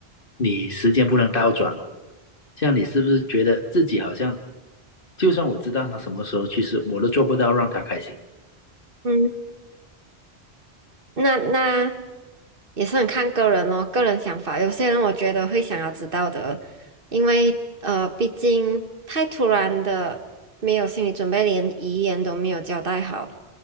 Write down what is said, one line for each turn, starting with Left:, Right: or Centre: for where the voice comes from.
Left: 你时间不能倒转哦。这样你是不是觉得自己好像，就算我知道他什么时候去世，我都做不到让他开心？
Right: 嗯。那那也是很看个人哦，个人想法。有些人我觉得会想要知道的，因为呃，毕竟太突然的，没有心理准备，连遗言都没有交代好，